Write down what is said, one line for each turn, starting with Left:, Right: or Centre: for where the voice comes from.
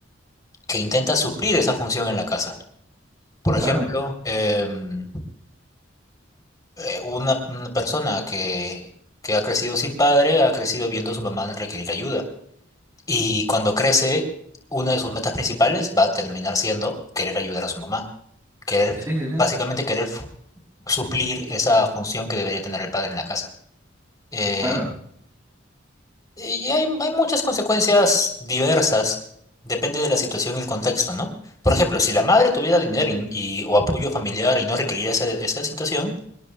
Left: que intenta suplir esa función en la casa. Por ejemplo,
Right: claro,
Left: em, eh, una, una persona que, que ha crecido sin padre, ha crecido viendo a su mamá requerir ayuda. Y cuando crece, una de sus metas principales va a terminar siendo querer ayudar a su mamá, querer,
Right: sí, sí, sí,
Left: básicamente querer fu- suplir esa función que debería tener el padre en la casa. Eh,
Right: claro,
Left: y hay, hay muchas consecuencias diversas, depende de la situación y el contexto, ¿no? Por ejemplo, si la madre tuviera dinero y, y- o apoyo familiar y no requeriría esa, esa situación,